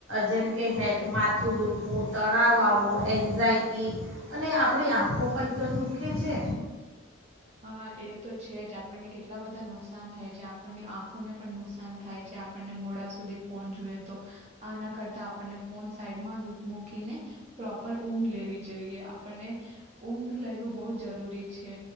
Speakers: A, on the right; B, on the right.
A: જેમ કે હે માથું દુખવું તણાવ આવો એન્ઝાયટી અને આપણી આંખો પણ તો દુખે છે
B: હા એ તો છે જ આપણને કેટલા બધા નુકસાન થાય છે આપણને આંખોને પણ નુકસાન થાય છે આપણને મોડા સુધી ફોન જોઈએ તો આના કરતા આપણને ફોન સાઈડમાં મૂકીને પ્રોપર ઊંઘ લેવી જોઈએ આપણને ઊઘ લેવું બહ જરૂરી છે